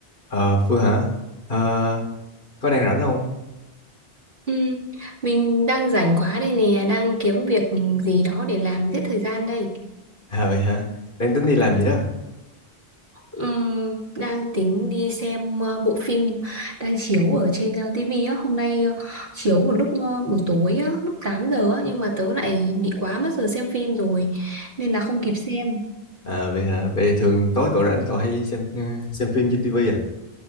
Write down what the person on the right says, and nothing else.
Ừ, mình đang rảnh quá đây nè, đang kiếm việc gì đó để làm giết thời gian đây.
Ừm, đang tính đi xem ờ, bộ phim đang chiếu ở trên ờ, TV á, hôm nay ờ, chiếu vào lúc ờ, buổi tối á, lúc 8 giờ á, nhưng mà tớ lại bị quá mất giờ xem phim rồi nên là không kịp xem.